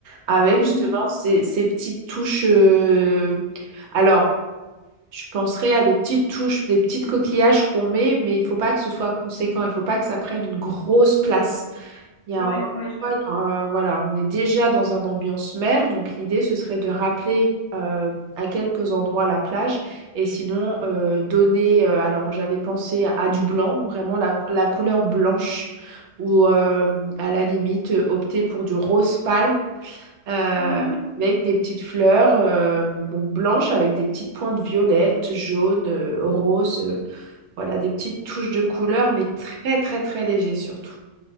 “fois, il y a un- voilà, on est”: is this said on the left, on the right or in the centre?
Right